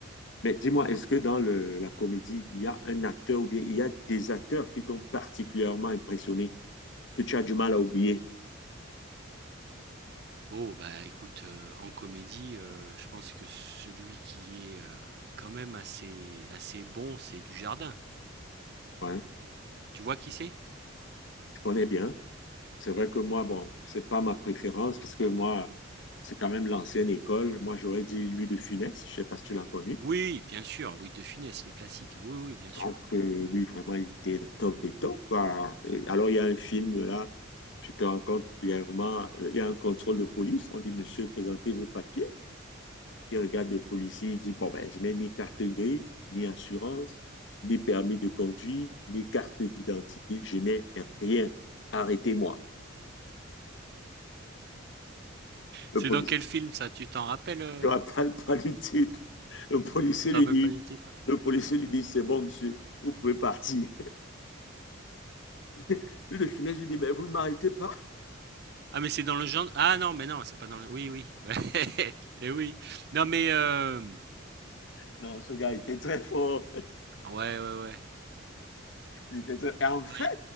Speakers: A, on the left; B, on the right.
A: Mais dis-moi, est-ce que dans le, la comédie, il y a un acteur ou bien il y a des acteurs qui t'ont particulièrement impressionné, que tu as du mal à oublier?
B: Oh bah écoute, heu, en comédie, heu, je pense que celui qui est, heu, quand même assez assez bon, c'est Dujardin.
A: Ouais,
B: Tu vois qui c'est?
A: je connais bien. C'est vrai que moi, bon, c'est pas ma préférence parce que moi, c'est quand même l'ancienne école. Moi, j'aurais dit lui de Funès. Je sais pas si tu l'as connu.
B: Oui, bien sûr, Louis de Funès, les classiques. Oui, oui, bien sûr.
A: Donc, euh, lui, vraiment, il était le top des tops, quoi. Et alors, il y a un film, là, je te raconte brièvement, euh, il y a un contrôle de police. On dit, monsieur, présentez vos papiers. Il regarde le policier, il dit, bon, ben, je n'ai ni carte grise, ni assurance, ni permis de conduire, ni carte d'identité. Je n'ai rien. Arrêtez-moi. Le
B: C'est
A: policier,
B: dans quel film ça? Tu t'en rappelles, heu?
A: tu rappelles pas du titre. Le policier
B: Tu te
A: lui
B: rappelles
A: dit,
B: pas du titre?
A: le policier lui dit, c'est bon, monsieur, vous pouvez partir. <laughs> Lui, de finesse, lui dit, mais vous ne m'arrêtez pas.
B: Ah mais c'est dans le genre ah non, mais non, c'est pas dans le oui, oui, ouais <laughs> et oui. Non mais, hem,
A: Non, ce gars était très fort.
B: ouais, ouais, ouais.
A: Il était très- Et en fait,
B: Oui,